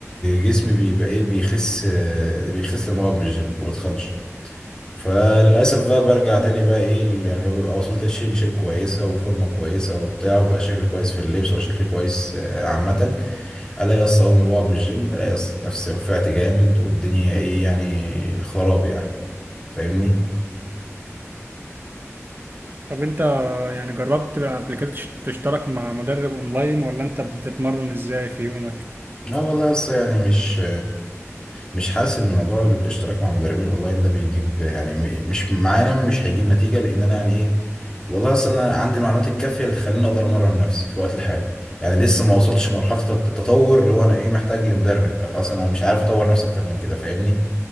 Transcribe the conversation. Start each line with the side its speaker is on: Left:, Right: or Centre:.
Left: جسمي بيبقى ايه بيخس آه، بيخس لما بقعد من الجيم ما بتخنش فللأسف بقى برجع تاني بقى ايه ال- يعني ببقى وصلت لشيب لشيب كويسة وفورمة كويسة وبتاع وبقى شكل كويس في اللبس وبقى شكل كويس آه، عامة الاقي يا اسطى اول ما بقعد من الجيم الاقي يا اسطى نفسي رفعت جامد والدنيا ايه يعني خراب يعني فاهمني
Right: طب انت يعني جربت بقى قبل كده تش- تشترك مع مدرب اونلاين ولا انت بتتمرن ازاي في يومك
Left: لا والله لسه يعني مش مش حاسس ان موضوع الاشتراك مع مدربين اونلاين ده بيجيب يعني م- مش معانا مش هيجيب نتيجه لان انا يعني ايه والله اصل انا عندي المعلومات الكافيه اللي تخليني اقدر امرن نفسي في الوقت الحالي يعني لسه ما وصلتش لمرحله الت- التطور اللي هو انا ايه محتاج لمدرب بقى خلاص انا مش عارف اطور نفسي اكتر من كده فاهمني